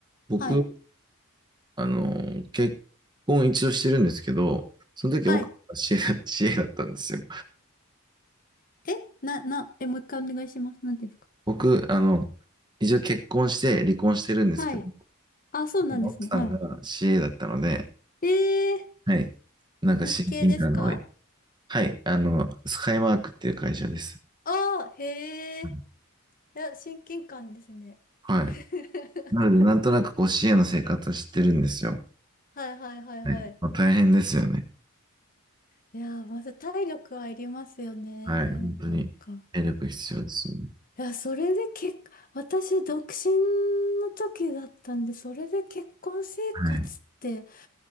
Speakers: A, on the right; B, on the left.
A: 僕
B: はい。
A: あの、結婚一度してるんですけど、その時奥さんが知恵だ、
B: はい。
A: <laughs> 知恵だったんですよ。
B: え、な、な、え、もう一回お願いします。なんていうんですか
A: 僕、あの、一応結婚して離婚してるんですけど、
B: はい。あ、そうなんですね。
A: 奥さんが
B: は
A: CA だったので、
B: い。え
A: はい。なんか親近感が湧いて
B: ー、日系ですか
A: はい。あの、スカイマークっていう会社です。
B: ああー、へえ。
A: うん
B: いや、親近感ですね。
A: はい。
B: <laughs>
A: なので、なんとなくこう CA の生活を知ってるんですよ。
B: はいはいはいはい。
A: はい。まあ、大変ですよね。
B: いやー、まず体力はいりますよね。
A: はい。本当に、
B: なんか。
A: 体力必要ですよね。
B: いや、それで結、私、独身の時だったんで、それで結婚生活って、
A: はい。